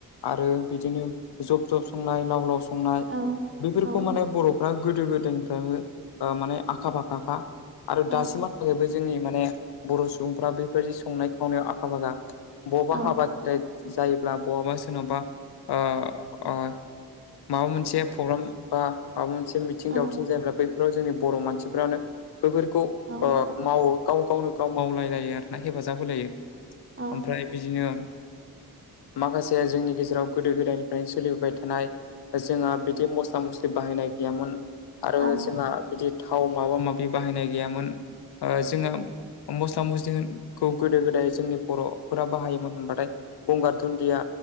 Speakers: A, on the left; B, on the right.
A: आरो बिदिनो जब जब संनाय लाव लाव सं संनाय
B: औ
A: बेफोरखौ
B: औ
A: माने बर'फ्रा गोदो गोदायनिफ्रायनो माने आखा फाखाखा। आरो दासिम
B: औ
A: हा जाहैबाय जोंनि माने बर' सुबुंफ्रा बेबायदि संनाय खावनायाव आखा फाखा बबेबा
B: औ
A: हाबा जायोब्ला बहाबा सोरनावबा ओ ओ माबा मोनसे प्रग्राम बा माबा मोनसे मि आथिं
B: औ
A: दावथिं जायोब्ला बैफोराव जोंनि बर' मानसिफ्रानो बैफोरखौ
B: औ
A: ओ मावो। गाव गावनो गाव मावलायलायो आर ना हेफाजाब होलायो
B: औ
A: ओमफ्राय बिदिनो माखासे जोंनि गेजेराव गोदो गोदायनिफ्रायनो सोलिबोबाय थानाय। जोंहा बिदि मस्ला मस्लि बाहायनाय गैयामोन। आरो
B: औ
A: जोंहा बिदि थाव माबा माबि बाहायनाय गैयामोन। जोङो मस्ला मस्लिखौ गोदो गोदाय जोंनि बर'फोरा बाहायोमोन होनबाथाय। गंगार धुन्दिया